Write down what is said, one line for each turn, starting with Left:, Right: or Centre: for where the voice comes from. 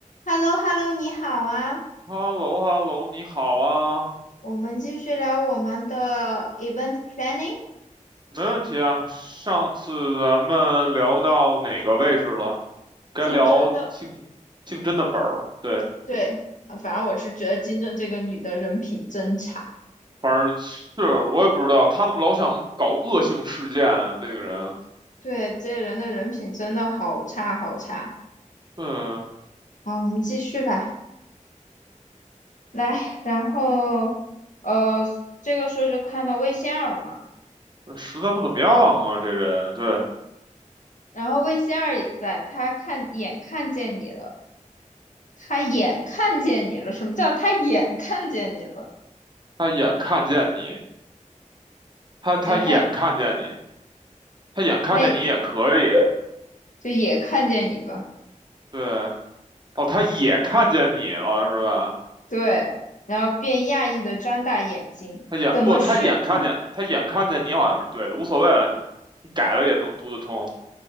Left: h e l l o h e l l o 你好啊，
Right: h e l l o h e l l o 你好啊，
Left: 我们继续聊我们的 event planning
Right: 没问题啊。上次咱们聊到哪个位置了？该聊竞竞争的本儿，
Left: 竞争的。
Right: 对，
Left: 对，呃反正我是觉得竞争这个女的人品真差，
Right: 反正是我也不知道他怎么老想搞恶性事件啊，这个人，
Left: 对，这人的人品真的好差好差。
Right: 嗯，
Left: 好，我们继续吧。来，然后呃，这个时候就看到魏仙儿了嘛，
Right: 实在不怎么样啊，这人，对，
Left: 然后魏仙儿也在，她看眼看见你了，她眼看见你了，什么叫她眼看见你了？
Right: 他眼看见你，他他眼看见你，
Left: 就是她
Right: 他眼看见你也可以，
Left: 她也就也看见你了。
Right: 对，哦，他也看见你了，是吧？
Left: 对，然后便讶异的张大眼睛，
Right: 他眼不，
Left: 怎么是他？
Right: 他眼看见，他眼看见你好像是对的，无所谓了，你你改了也能读得通，